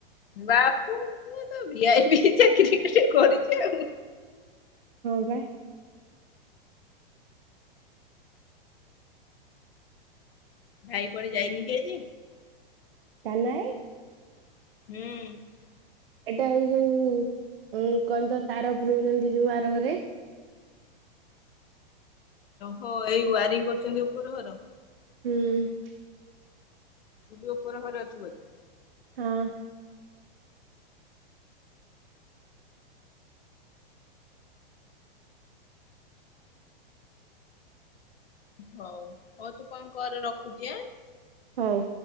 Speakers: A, on the left; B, on the right.
A: ବାପୁ ପୁଅ ତୋ ଭିଆଇପି ଚାରିକି ଗୁଟେ କରିଛି ଆଉ।
B: ହଁ ବା।
A: ଭାଇ ପରେ ଯାଇନି କି ଆଜି?
B: କାନା ଇ।
A: ହୁଁ।
B: ଏଇଟା ଏଇ ଯୋଉ ଉ କହନ୍ତ ତାର ପୁରଉଛନ୍ତି, ଯୋଉ ଆର ଘରେ।
A: ହୋ ଏଇ ୱାରିଙ୍ଗ କରୁଛନ୍ତି, ଉପର ଘର।
B: ହୁଁ।
A: ତୁ ବି ଉପରେ ଘରେ ଅଛୁ ବଧେ?
B: ହଁ।
A: ହଉ ହଉ ତୁ କଣ କର ରଖୁଛି ଆଁ।
B: ହଉ।